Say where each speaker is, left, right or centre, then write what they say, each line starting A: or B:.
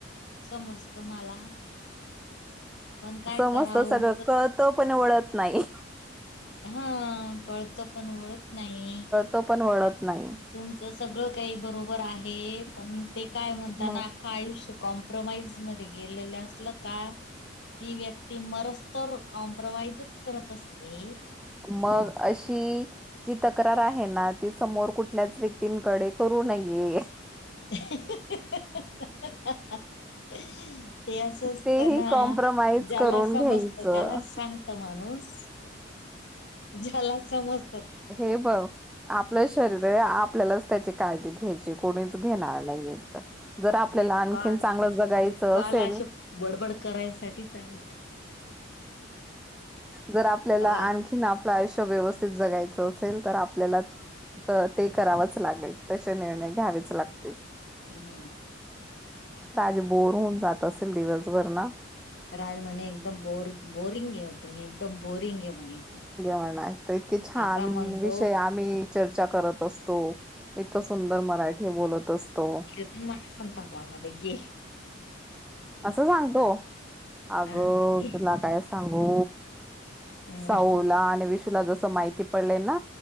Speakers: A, on the left; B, in the centre.
A: समजत मला. पण काय
B: समजत
A: करावं
B: सगळं कळतं पण ओळत नाही.
A: हा कळतो पण ओळत नाही.
B: तो पण वळत नाही.
A: तुमच सगळं काही बरोबर आहे पण ते काय म्हणत
B: मग
A: ना. आयुष्य कॉम्प्रोमाइज मध्ये गेलेलं असलं का. ती व्यक्ती मरस तर कॉम्प्रोमाइजच करत असते.
B: मग अशी. जी तक्रार आहे ना ती समोर कुठल्याच व्यक्तींकडे करू नये.
A: अ हं हं हं हं हं हं हं हं हं. ते असंचत
B: तेही
A: ना
B: कॉम्प्रमाइज
A: ज्याला
B: करून
A: समजत
B: घ्यायचं
A: त्यालाच सांगत माणूस. ज्याला समज
B: हे बघ आपलं शरीर आहे आपल्यालाच त्याची काळजी घ्यायची. कोणीच घेणार नाही जर आपल्याला
A: एक
B: आणखी
A: कॉल
B: चांगलं जगायचं
A: एक कॉल
B: असेल.
A: असे बडबड करायसाठीच आहेत.
B: जर आपल्याला
A: रात
B: आणखीन आपलं आयुष्य व्यवस्थित जगाय च असेल तर आपल्याला. क ते करावंच लागेल तशे निर्णय घ्यावेच लागतील.
A: हम्म.
B: राज बोर होऊन जात असेल दिवसभर ना.
A: राज म्हणे एकदम बोरिंग बोरिंग हे होते मी एकदम बोरिंग हे म्हणे एकदम.
B: आला इतके छान
A: असा म्हणतो
B: विषय आम्ही चर्चा करत असतो. इतकं सुंदर मराठी बोलत असतो.
A: त मला सताप मध्ये घे.
B: असं सांगतो अगं
A: हा घे
B: तुला काय सांगू.
A: ह
B: साऊ ला आणि विषूला जस माहिती पडले ना